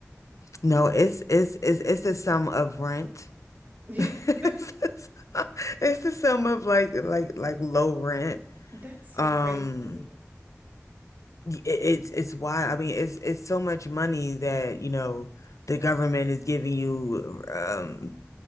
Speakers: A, on the left; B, on the right.
A: No, it's it's it's it's the sum of rent.
B: <laughs>
A: <laughs> It's the sum it's the sum of like like like low rent.
B: That's so
A: Um,
B: crazy to me.
A: it, it's it's wild. I mean, it's it's so much money that, you know, the government is giving you um